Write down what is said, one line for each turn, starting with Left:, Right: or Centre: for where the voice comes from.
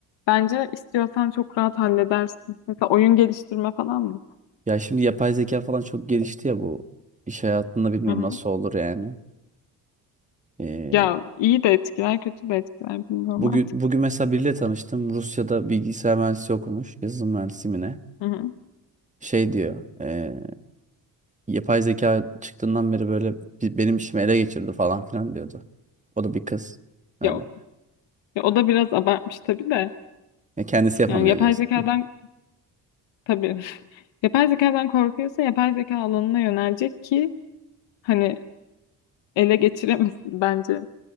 Left: bence istiyorsan çok rahat halledersin. Mesela oyun geliştirme falan mı?
Right: Ya şimdi yapay zeka falan çok gelişti ya bu iş hayatında bilmiyorum
Left: Hı hı.
Right: nasıl olur yani. Ee,
Left: Ya iyi de etkiler, kötü de etkiler bilmiyorum
Right: bugün
Left: artık.
Right: bugün mesela biriyle tanıştım. Rusya'da bilgisayar mühendisi okumuş. Yazılım mühendisi mi ne?
Left: Hı hı.
Right: Şey diyor. e, yapay zeka çıktığından beri böyle bi- benim işimi ele geçirdi falan filan diyordu. O da bir kız. Öyle.
Left: Ya, ya o da biraz abartmış tabii de.
Right: Ya kendisi yapamıyor
Left: Yani yapay
Right: diyorsun.
Left: zekadan Tabii. <laughs> Yapay zekadan korkuyorsa yapay zeka alanına yönelecek ki hani ele geçiremesin <laughs> bence.